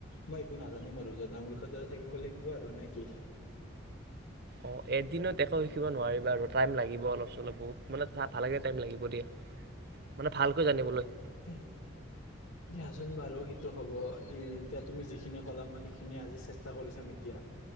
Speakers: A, on the left; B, on the right.
A: মই একো নাজানিম আৰু জদামুৰ্খৰ দাৰা থাকিব লাগিব আৰু নে কি
B: অ এদিনত একো শিকিব নোৱাৰিবা আৰু টাইম লাগিব অলপ চলপ বহুত মানে ভালকে টাইম লাগিব দিয়া মানে ভালকৈ জানিবলৈ
A: দে দিয়াচোন বাৰু সেইটো হ'ব এতিয়া তুমি যিখিনি কলা মই সেইখিনি আজি চেষ্টা কৰি চাম এতিয়া